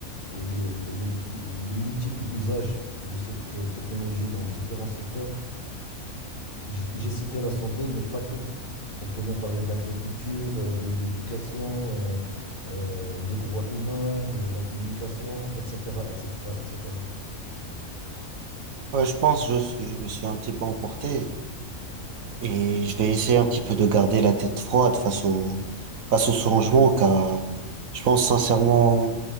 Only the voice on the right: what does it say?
Ouais, je pense, je, je me suis un petit peu emporté et je vais essayer un petit peu de garder la tête froide face au, face au changement car je pense sincèrement,